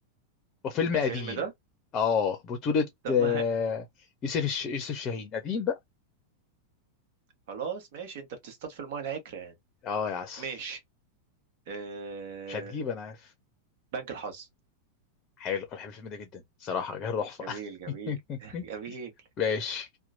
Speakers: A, on the left; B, on the right.
A: وفيلم
B: ده
A: قديم
B: فيلم ده
A: اه بطولة
B: طب
A: آه،
B: ما
A: يوسف الش... يوسف شاهين قديم بقى
B: <laughs> خلاص ماشي انت بتصطاد في المايه العكره يعني
A: اه يا عسل
B: ماشي آه
A: مش هتجيب انا عارف
B: بنك الحظ
A: حلو انا بحب الفيلم ده جدا صراحة جه تحفة
B: جميل جميل
A: <laughs>
B: <laughs> جميل
A: ماشي